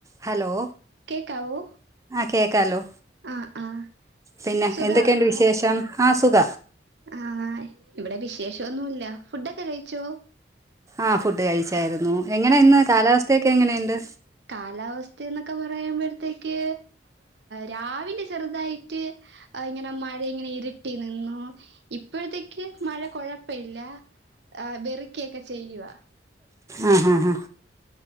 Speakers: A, on the right; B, on the right.
A: Hello
B: കേക്കാവോ
A: ആ കേക്കാലോ
B: ആഹ് ആഹ്
A: പിന്നെ
B: സുഖാണോ
A: എന്തൊക്കെയുണ്ട് വിശേഷം ആ സുഖ
B: ആഹ് ഇവിടെ വിശേഷംൊന്നുമല്ല ഫുഡൊക്കെ കഴിച്ചോ
A: ആഹ ഫുഡ് കഴിച്ചായിരുന്നു എങ്ങനെ ഇന്ന് കാലാവസ്ഥയൊക്കെ എങ്ങനെയുണ്ട്
B: കാലാവസ്ഥ എന്നൊക്കെ പറയുമ്പോഴത്തേക്ക് രാവിലെ ചെറുതായിട്ട് ആ ഇങ്ങനെ മഴ ഇങ്ങനെ ഇരുട്ടി നിന്നു ഇപ്പോഴത്തേക്ക് മഴ കൊഴപ്പ ഇല്ല ആ വെറുിക്കൊക്കെ ചെയ്യവാ
A: ആ ഹ